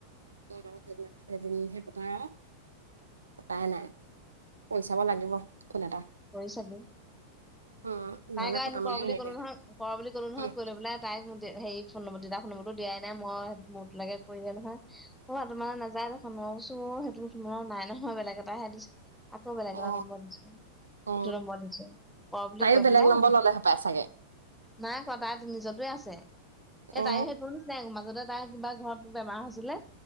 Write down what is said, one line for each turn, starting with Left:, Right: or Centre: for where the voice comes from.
Right: লগ সেইদিন সেই পতা আৰু কটাই নাই কৈ চাব লাগিব ফোন এটা
Centre: কৰি চাবি
Right: উম নহ'লে
Centre: তাইক
Right: পতা
Centre: কৰা
Right: মানুহ
Centre: বুলি
Right: নাইকিয়া
Centre: কলো নহয় কৰা বুলি কলো নহয়
Right: হ'ল উম,
Centre: কৈ পেলাই তাইক হেৰি ফোন তেতিয়া ফোন নম্বৰ টো দিয়াই নাই মই মোৰতো লেকে কৰিলে নহয় অ তোমাৰ নাযায় নহয় মই কৈছোঁ সেইটো নাই নহয় বেলেগ এটা সে দিশ আকৌ বেলেগ
Right: অ
Centre: এটা নম্বৰ দিছো
Right: অ
Centre: এইটো নম্বৰ দিছো
Right: তাইও
Centre: কৈ
Right: বেলেগ
Centre: পেলাই
Right: নম্বৰ ললে হপাই চাগে
Centre: নাই কোৱা তাই নিজটোৱে আছে এ
Right: অ
Centre: তাই সেইটোৰ নিচিনাই মাজতে তাই কিবা ঘৰত বেমাৰ হৈছিলে